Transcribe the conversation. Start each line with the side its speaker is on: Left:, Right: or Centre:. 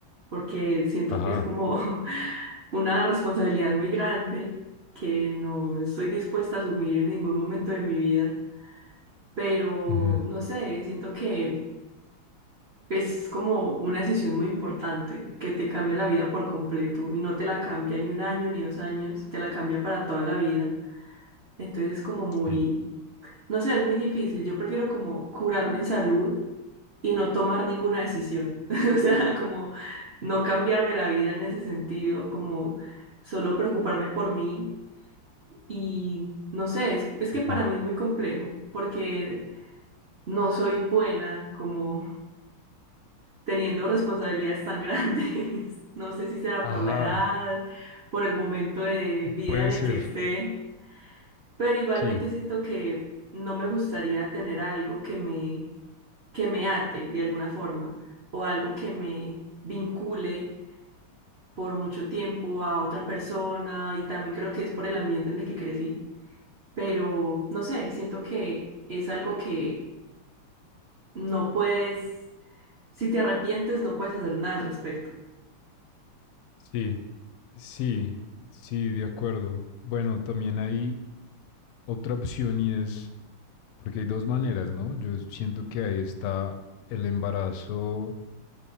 Right: porque siento
Left: Ajá.
Right: que es como <laughs> una responsabilidad muy grande que no estoy dispuesta a asumir en ningún momento de mi vida. pero
Left: ujú,
Right: no sé, siento que es como una decisión muy importante que te cambia la vida por completo y no te la cambia ni un año ni dos años, te la cambia para toda la vida. Entonces es como muy,
Left: Sí.
Right: no sé, es muy difícil. Yo prefiero como curarme en salud y no tomar ninguna decisión. <laughs> O sea, como no cambiarme la vida en ese sentido, como solo preocuparme por mí. Y no sé, es, es que
Left: ujú.
Right: para mí es muy complejo porque no soy buena como teniendo responsabilidades tan grandes. <laughs> No sé si será
Left: Ajá.
Right: por la edad, por el momento de vida
Left: Puede
Right: en el
Left: ser.
Right: que esté, pero igualmente
Left: Sí,
Right: siento que no me gustaría tener algo que me, que me ate de alguna forma o algo que me vincule por mucho tiempo a otra persona y también creo que es por el ambiente en el que crecí, pero no sé, siento que es algo que no puedes, si te arrepientes, no puedes hacer nada al respecto.
Left: sí, sí, sí, de acuerdo. Bueno, también hay otra opción y es, porque hay dos maneras, ¿no? Yo siento que ahí está el embarazo